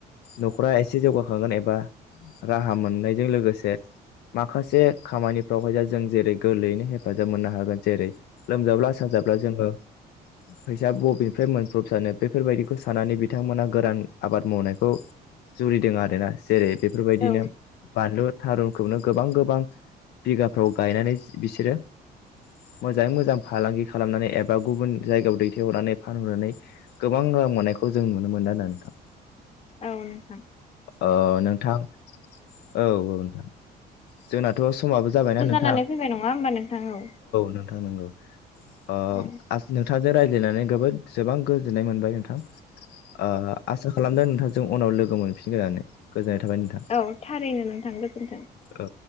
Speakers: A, on the left (about 75°); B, on the left (about 40°).
A: न' ए एसे जौगाखांगोन एबा राहा मोननायजों लोगोसे माखासे खामानिफ्रावहाय जा जों जेरै गोरलैयैनो हेफाजाब मोननो हागोन जेरै- लोमजाब्ला साजाब्ला जोङो फैसा बबेनिफ्राय मोनफ्रबसानो बेफोरबायदिखौ सानानानै बिथांमोना गोरान आबाद मावनायखौ जुरिदों आरोना जेरै बेफोरबायदिनो
B: औ
A: बानलुर थारुनखौनो गोबां गोबां बिगाफ्राव गायनानै बिसोरो मोजाङै मोजां फालांगि खालामनानै एबा गुबुन जायगायाव दैथायहरनानै फानहरनानै गोबां फोर हनायखौ जों नुनो मोनदों नोंथां।
B: औ नोंथां
A: ओ नोंथां औ औ नोंथां। जोंनाथ' समाबो जाबायना नों
B: खानानै फैबाय नङा हबा नोंथां औ।
A: नोंथां औ नंगौ। ओ
B: औ
A: नोंथांजों रायज्लायनानैबो गोबां गोजोननाय मोनबाय नोंथां। औ आसा खालामदों नोंथांजों उनाव लोगो मोनफिनगोननानै गोजोननाय। थाबाय नोंथां
B: औ थारैनो नोंथां गोजोन्थों।
A: औ